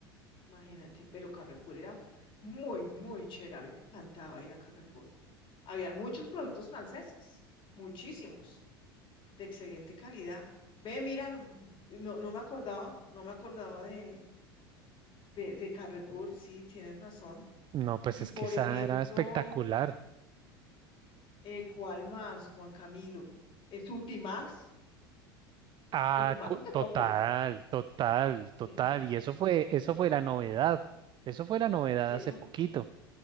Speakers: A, on the left; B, on the right.
A: Imagínate, pero Carrefour era muy, muy chévere. A mí me encantaba ir a Carrefour. Habían muchos productos franceses, muchísimos. de excelente calidad. Ve, mira, no, no no me acordaba, no me acordaba de, de, de Carrefour, sí, tienes razón.
B: No, pues
A: Y
B: es
A: por
B: que esa
A: ejemplo,
B: era espectacular.
A: eh, ¿cuál más, Juan Camilo? Eh, Surtimax,
B: Ah,
A: Surtimax
B: co-
A: hace
B: total,
A: poco,
B: total,
A: sí,
B: total. Y eso fue, eso fue la novedad. Eso fue la novedad
A: sí,
B: hace
A: eso,
B: poquito.